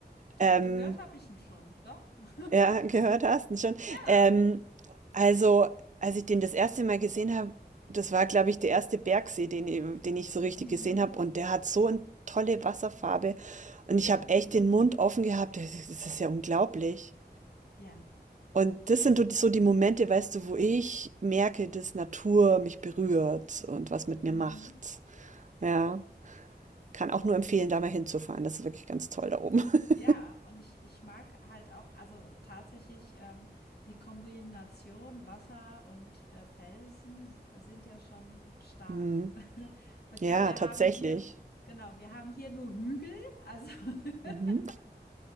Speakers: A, on the left; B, on the right.
A: Doch,
B: Ähm,
A: gehört habe ich ihn schon, doch. <laughs>
B: ja, <laughs> gehört hast du schon.
A: Ja.
B: Ähm, also als ich den das erste Mal gesehen habe, das war, glaube ich, der erste Bergsee, den, ich- den ich so richtig
A: Mhm.
B: gesehen habe und der hat so eine tolle Wasserfarbe und ich habe echt den Mund offen gehabt. Das ist das ist ja unglaublich.
A: Ja.
B: Und das sind so die so die Momente, weißt du, wo ich merke, dass Natur mich berührt und was mit mir
A: Mhm.
B: macht. Ja,
A: Ja.
B: kann auch nur empfehlen, da mal hinzufahren. Das ist wirklich ganz toll da oben. <laughs>
A: Ja, und ich, ich mag halt auch, also tatsächlich ähm, die Kombination Wasser und äh, Felsen s- sind ja schon stark.
B: Mhm.
A: <laughs> Und
B: Ja,
A: ja, wir
B: tatsächlich.
A: haben hier, genau, wir haben hier nur Hügel, also <laughs>
B: Mhm.